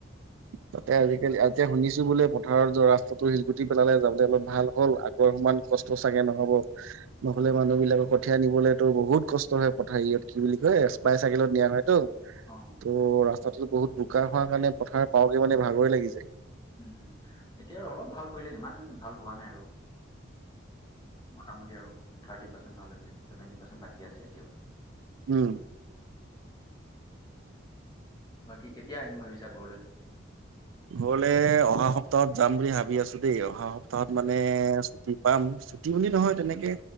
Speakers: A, on the right (about 80°); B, on the left (about 20°).
A: তাতে আজিকালি এতিয়া শুনিছো বোলে পথাৰৰ যোৱা ৰাস্তাটো শিলগুটি পেলালে যাবলে অলপ ভাল হ'ল আগৰ সম ইমান কষ্ট চাগে নহব নহলে মানুহ বিলাকক কঠিয়াই নিবলেতো বহুত কষ্ট হয় পথাৰ সেৰিয়ত কি বুলি কয় স্পাই চাইকেলত নিয়া হয়টো
B: অ
A: ত' ৰাস্তাটোতো বহুত বোকা হোৱা কাৰণে পথাৰত পাওঁকে মানে ভাগৰে লাগি যায়
B: উম এতিয়া আৰু অলপ ভাল কৰিলে সিমান ভাল হোৱা নাই আৰু মোটামুটি আৰু থাৰ্টি পাৰ্চেণ্ট ভাল হৈছে ছেভেন্টি পাৰ্চেণ্ট বাকী আছে এতিয়াও
A: উম
B: বাকী কেতিয়া আহিম ভাবিছা ঘৰলৈ?
A: ঘৰলে অহা সপ্তাহত যাম বুলি ভাবি আছোঁ দেই অহা সপ্তাহত মানে ছুটি পাম। ছুটি বুলি নহয় তেনেকে